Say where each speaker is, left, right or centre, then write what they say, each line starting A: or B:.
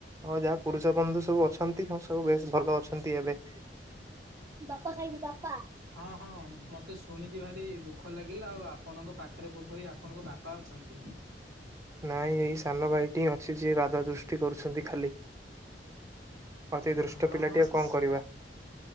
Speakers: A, on the right; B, on the right.
A: ହଁ ଯାହା ପୁରୁଷ ବନ୍ଧୁ ସବୁ ଅଛନ୍ତି ହଁ ସବୁ ବେଶ ଭଲ ଅଛନ୍ତି ଏବେ। ବାପା ଖାଇବି ବାପା।
B: ହଁ ହଁ ମତେ ଶୁଣିକି ଭାରି ଦୁଃଖ ଲାଗିଲା ଆଉ ଆପଣଙ୍କ ପାଖରେ ବୋଧ ହୁଏ ଆପଣଙ୍କ ବାପା ଅଛନ୍ତି।
A: ନାଇଁ ଏଇ ସାନ ଭାଇଟିଁ ଅଛି ଯିଏ ବାଧା ସୃଷ୍ଟି କରୁଛନ୍ତି ଖାଲି। ଅତି ଦୃଷ୍ଟ
B: ହଁ
A: ପିଲା
B: ହଁ
A: ଟିଏ
B: ସେ
A: କଣ କରିବା।